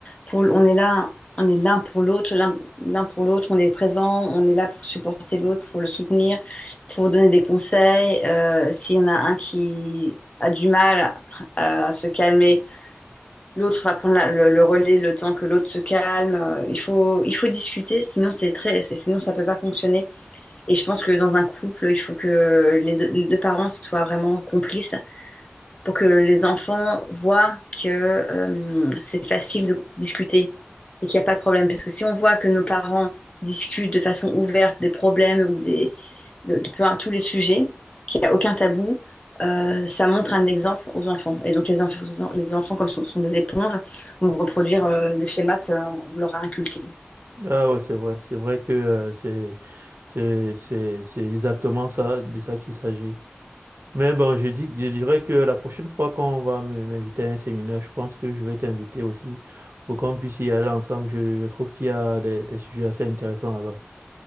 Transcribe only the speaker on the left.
pour, on est là, on est l'un pour l'autre, l'un l'un pour l'autre, on est présent, on est là pour supporter l'autre, pour le soutenir, pour donner des conseils. Euh, s'il y en a un qui a du mal à se calmer, l'autre va prendre la- le, le relais le temps que l'autre se calme. Euh, Il faut, il faut discuter, sinon c'est très, c'est- sinon ça peut pas fonctionner. Et je pense que dans un couple, il faut que les deux, les deux parents soient vraiment complices pour que les enfants voient que euh, c'est facile de discuter et qu'il n'y a pas de problème. Parce que si on voit que nos parents discutent de façon ouverte des problèmes ou des, de, de peu, tous les sujets, qu'il n'y a aucun tabou, euh, ça montre un exemple aux enfants. Et donc les, enfants, les enfants comme ce sont, sont des éponges, vont reproduire euh, le schéma qu'on leur a inculqué.